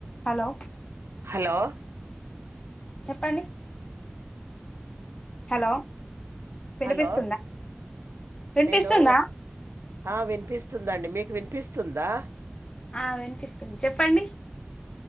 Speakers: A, on the left; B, on the right.
A: Hello
B: hello <inaudible>
A: చెప్పండి hello వినిపిస్తుందా
B: hello
A: వినిపిస్తుందా
B: నేను ఆ వినిపిస్తుందండి మీకు వినిపిస్తుందా
A: ఆ వినిపిస్తుంది చెప్పండి